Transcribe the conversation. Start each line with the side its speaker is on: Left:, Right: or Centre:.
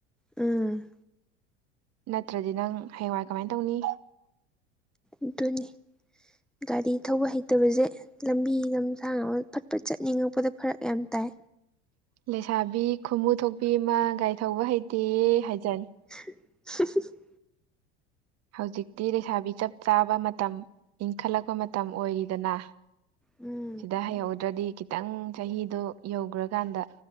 Centre: ꯎꯝ
Right: ꯅꯠꯇ꯭ꯔꯗꯤ ꯅꯪ ꯍꯥꯌꯦꯡꯋꯥꯏ ꯀꯃꯥꯏ ꯇꯧꯅꯤ
Centre: ꯑꯗꯨꯅꯤ ꯒꯥꯔꯤ ꯊꯧꯕ ꯍꯩꯇꯕꯁꯦ ꯂꯝꯕꯤ ꯂꯝꯁꯥꯡ ꯑꯃ ꯐꯠ ꯐꯠ ꯆꯠꯅꯤꯡꯉꯛꯄꯗ ꯐꯔꯛ ꯌꯥꯝ ꯇꯥꯏ
Right: ꯂꯩꯁꯥꯕꯤ ꯈꯨꯃꯨ ꯊꯣꯛꯄꯤ ꯑꯃ ꯒꯥꯔꯤ ꯊꯧꯕ ꯍꯩꯇꯦꯌꯦ ꯍꯥꯏꯖꯔꯅꯤ
Centre: <inaudible>
Right: ꯍꯧꯖꯤꯛꯇꯤ ꯂꯩꯁꯥꯕꯤ ꯆꯞ ꯆꯥꯕ ꯃꯇꯝ ꯏꯟꯈꯠꯂꯛꯄ ꯃꯇꯝ ꯑꯣꯏꯔꯤꯗꯅ
Centre: ꯎꯝ
Right: ꯁꯤꯗ ꯍꯩꯍꯧꯗ꯭ꯔꯗꯤ ꯈꯤꯇꯪ ꯆꯍꯤꯗꯣ ꯌꯧꯈ꯭ꯔꯀꯥꯟꯗ